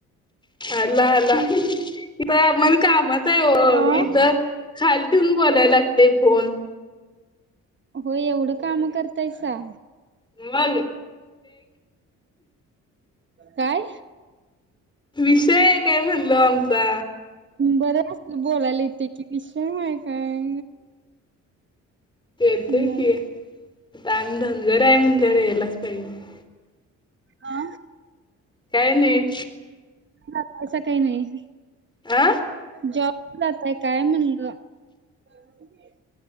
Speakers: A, on the left; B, on the right.
A: अला आला इथ मण कामच आहे
B: अ
A: इथं खाल ठेवून बोलायला लागते फोन.
B: हो एवढं काम करतायसा?
A: मंग.
B: काय
A: विषय आहे काय म्हणलो आमचा
B: बर अस बोलायला येतंय. विषय हाय काय
A: येतोय
B: मग मग.
A: की आता आम्ही धनगर आहे म्हणल्यावर <inaudible>
B: आ.
A: काय नाही.
B: ह कसं काही नाही.
A: हा
B: जॉब ला जातय काय म्हणलं? <unintelligible>